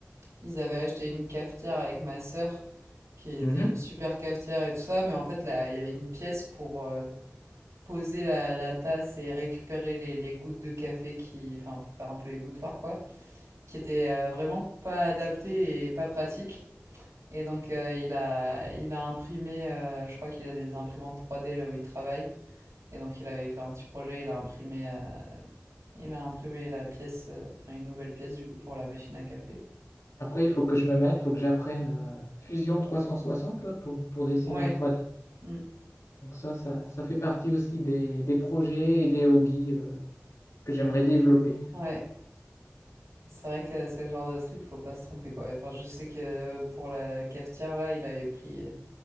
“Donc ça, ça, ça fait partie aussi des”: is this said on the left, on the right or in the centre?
Left